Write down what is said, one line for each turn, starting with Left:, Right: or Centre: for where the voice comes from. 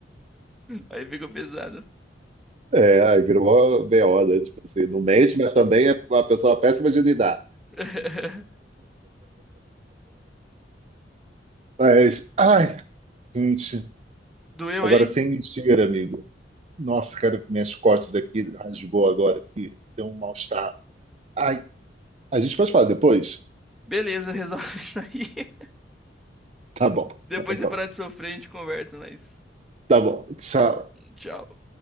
Centre: Aí fica pesado.
Right: É, aí virou uma BO, né? Tipo assim, não mente, mas também é uma pessoa péssima de lidar.
Centre: <laughs>
Right: Mas, ai, gente,
Centre: Doeu
Right: agora
Centre: aí?
Right: sem mentira, amigo. Nossa, cara, minhas costas aqui rasgou agora aqui, deu um mal-estar. Ai, A gente pode falar depois?
Centre: Beleza, resolve isso aí.
Right: Tá bom.
Centre: Depois
Right: Tá bom, Então,
Centre: de parar de sofrer, a gente conversa, mas.
Right: tá bom. Tchau.
Centre: Tchau.